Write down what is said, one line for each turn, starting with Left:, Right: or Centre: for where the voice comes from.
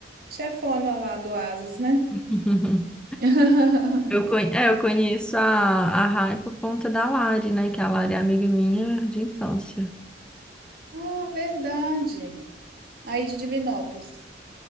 Right: chefona lá do Asas, né?
Centre: <laughs>
Right: <laughs>
Centre: Eu, conhe- é, eu conheço a, a Rai por conta da Lari, né? Que a Lari é amiga minha de infância.
Right: Ah, verdade. Aí de Divinópolis.